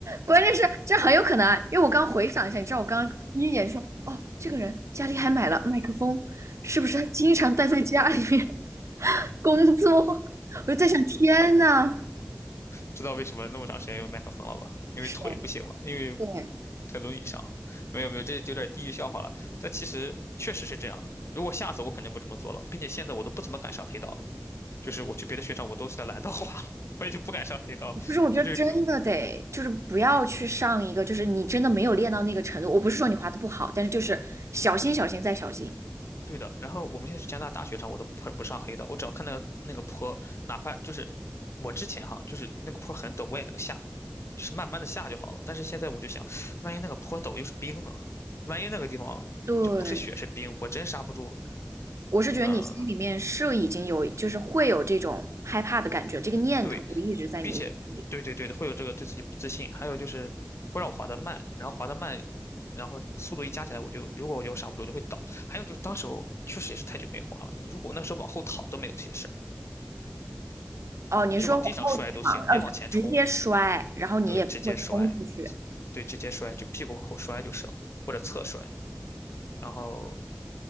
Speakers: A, on the right; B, on the left.
A: 关键是这很有可能啊，因为我刚回想一下，你知道我刚刚第一眼说，哦，这个人家里还买了麦克风，是不是他经常待在家里面 <laughs> 工作？我就在想，天呐，
B: 知道为什么那么长时间用麦克风了吧？因为腿不行了，
A: 是，
B: 因为
A: 对，
B: 在轮椅上。没有没有，这有点地域笑话了。但其实确实是这样的。如果下次我肯定不这么做了，并且现在我都不怎么敢上黑道了。就是我去别的雪场，我都是在蓝道滑了，<laughs> 我已经不敢上黑道了。
A: 我不是，我觉得真的得就是不要去上一个，
B: 就这个，
A: 就是你真的没有练到那个程度。我不是说你滑的不好，但是就是小心、小心再小心。
B: 对的。然后我们现在去加拿大大雪场，我都不不上黑道，我只要看那个那个坡，哪怕就是我之前哈，就是那个坡很陡，我也能下，就是慢慢的下就好了。但是现在我就想，万一那个坡陡又是冰呢？万一那个地方就不是雪是冰，
A: 对，
B: 我真刹不住，
A: 我是觉得你心里面是已经有，
B: 嗯、
A: 就是会有这种害怕的感觉，这个念头就一直在你心里。
B: 对，并且，对对对的，会有这个对自己不自信，还有就是会让我滑得慢，然后滑得慢，然后速度一加起来，我就如果我就刹不住，我就会倒。还有就是当时候确实也是太久没滑了，你如果那时候往后躺都没有这些事儿，
A: 哦，你说往后躺，
B: 就往地上摔都行，
A: 呃，
B: 别往前冲，
A: 直接摔，然后你也不会冲出去。
B: 对，直接摔，对，直接摔，就屁股往后摔就是了，或者侧摔。然后，